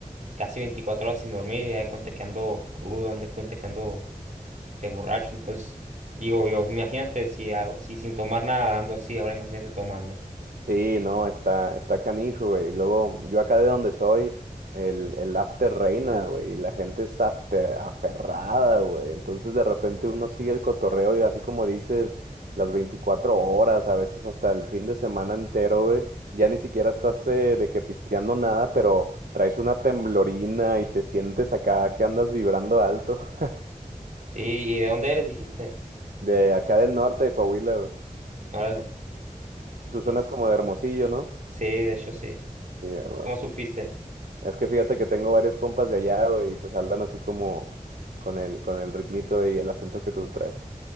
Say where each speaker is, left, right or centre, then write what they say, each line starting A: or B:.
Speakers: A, on the right; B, on the right.
A: casi 24 horas sin dormir y ya de cuenta que ando crudo, ando de cuenta que ando este, borracho. Entonces, digo yo, imagínate si, a- si sin tomar nada ando así, ahora imagínate tomando.
B: Sí, no, está, está canijo, güey. Y Luego, yo acá de donde soy, el, el after reina, güey. Y la gente es afte- aferrada, güey. Entonces, de repente uno sigue el cotorreo y así como dices, las 24 horas, a veces hasta el fin de semana entero, güey. Ya ni siquiera estás eh, de que pisteando nada, pero traes una temblorina y te sientes acá que andas vibrando alto. <laughs>
A: Sí, ¿y de dónde eres? Dijiste.
B: De acá del norte de Coahuila, güey.
A: Órale.
B: Tú suenas
A: Sí, sí,
B: como de Hermosillo, ¿no?
A: sí, de hecho sí.
B: Sí, güey.
A: ¿Cómo supiste?
B: Es que fíjate que tengo varios compas de allá, güey, y pues hablan así como con el, con el ritmito y el acento que tú traes.